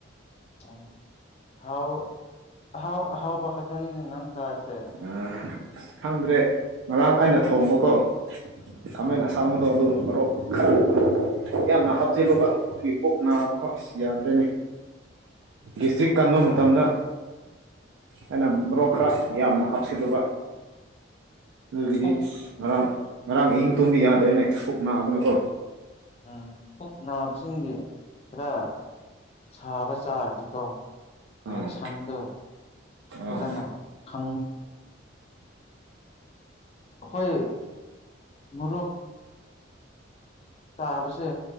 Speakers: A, on the left (about 30°); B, on the right (about 80°).
A: ꯎꯝ ꯑꯍꯥꯎ ꯑꯍꯥꯎ ꯑꯍꯥꯎꯕ ꯈꯠꯇꯅꯤꯅꯦ ꯅꯪ ꯆꯥꯔꯤꯁꯦ
B: ꯑ ꯑꯁ ꯈꯪꯗ꯭ꯔꯦ ꯉꯔꯥꯡ ꯑꯩꯅ ꯊꯣꯡꯕꯀꯣ ꯈꯥꯃꯦꯟ
A: ꯑꯥ
B: ꯑꯁꯡꯗꯣ ꯑꯗꯨ ꯃꯔꯣꯛ ꯈꯔ ꯌꯥꯝꯅ ꯍꯥꯞꯆꯤꯜꯂꯨꯕ ꯑꯗꯨꯒꯤ ꯄꯨꯛ ꯅꯥꯕꯀꯣ ꯑꯩ ꯌꯥꯗ꯭ꯔꯦꯅꯦ ꯗꯤꯁꯇ꯭ꯔꯤꯛ ꯀꯟꯕ
A: ꯑꯣ
B: ꯃꯇꯝꯗ ꯑꯩꯅ ꯃꯣꯔꯣꯛ
A: ꯎꯝ
B: ꯈꯔ ꯌꯥꯝꯅ ꯍꯥꯞꯆꯤꯜꯂꯨꯕ ꯑꯗꯨꯒꯤꯗꯤ
A: ꯄꯨꯛ
B: ꯉꯔꯥꯡ ꯉꯔꯥꯡ ꯑꯍꯤꯡ ꯇꯨꯝꯕ ꯌꯥꯗ꯭ꯔꯦꯅꯦ ꯄꯨꯛ ꯅꯥꯕꯅꯀꯣ
A: ꯎꯝ ꯄꯨꯛ ꯅꯥꯕꯁꯤꯡꯗꯤ ꯈꯔ ꯁꯥꯕ ꯆꯥꯔꯗꯤꯀꯣ
B: ꯑꯥ
A: ꯔ ꯁꯟꯗ ꯈꯖꯅ
B: ꯑꯥ
A: ꯈꯪ ꯍꯣꯏ ꯃꯨꯔꯣꯛ ꯇꯥꯕꯁꯦ